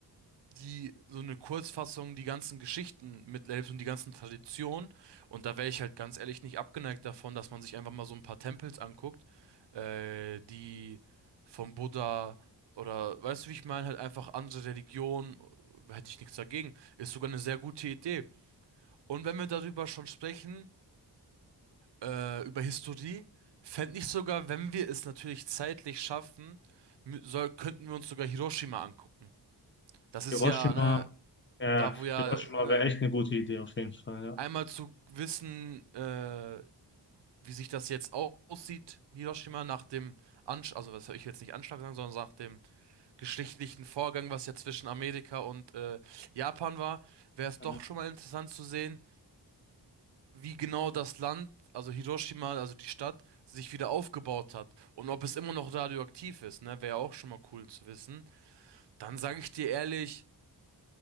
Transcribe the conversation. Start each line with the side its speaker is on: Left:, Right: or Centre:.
Right: die so eine Kurzfassung, die ganzen Geschichten mithilft und die ganzen Traditionen. Und da wäre ich halt ganz ehrlich nicht abgeneigt davon, dass man sich einfach mal so ein paar Tempels anguckt, äh, die vom Buddha oder weißt du, wie ich meine, halt einfach andere Religionen, äh, hätte ich nichts dagegen. Ist sogar eine sehr gute Idee. Und wenn wir darüber schon sprechen, äh, über Historie, fände ich sogar, wenn wir es natürlich zeitlich schaffen, mü- soll, könnten wir uns sogar Hiroshima angucken. Das ist
Left: Hiroshima,
Right: ja, ne,
Left: ja,
Right: da wo ja,
Left: Hiroshima
Right: ne,
Left: wäre echt eine gute Idee auf jeden Fall, ja.
Right: Einmal zu wissen, äh, wie sich das jetzt au- aussieht, Hiroshima, nach dem Anschlag, also was soll ich will jetzt nicht Anschlag sagen, sondern nach dem geschichtlichen Vorgang, was ja zwischen Amerika und äh, Japan war, wäre es
Left: Mhm.
Right: doch schon mal interessant zu sehen, wie genau das Land, also Hiroshima, also die Stadt, sich wieder aufgebaut hat und ob es immer noch radioaktiv ist, ne, wäre ja auch schon mal cool zu wissen. Dann sage ich dir ehrlich,